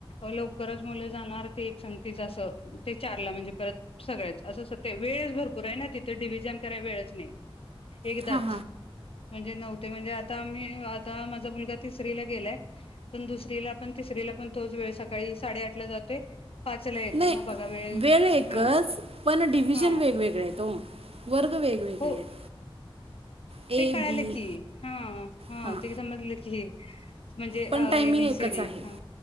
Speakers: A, on the left; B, on the right.
A: लवकरच मुलं जाणार ती एक सग तच असं ते चारला म्हणजे परत. सगळ्याच असं अस ते वेळच भरपूर आहे ना तिथं डिव्हजन कराय वेळच नाही. एकदाच
B: हां.
A: म्हणजे नव्हते म्हणजे आता मी आता माझा मुलगा तिसरीला गेलाय. पण दुसरीला पण तिसरीला पण तोच वेळ सकाळी साडेआठ ला जातोय. पाचला येतोय
B: नाही
A: मग बघा
B: वेळ एकच
A: हा
B: पण डिव्हजन
A: हा
B: वेगवेगळा आहे तो. वर्ग वेगवेगळे
A: हो
B: आहेत. ए,
A: ते कळालं
B: बी
A: की हा हा
B: हां,
A: ते समजलं की. म्हणजे
B: पण टायमिंग
A: एबीसी
B: एकच
A: डी
B: आहे.
A: हा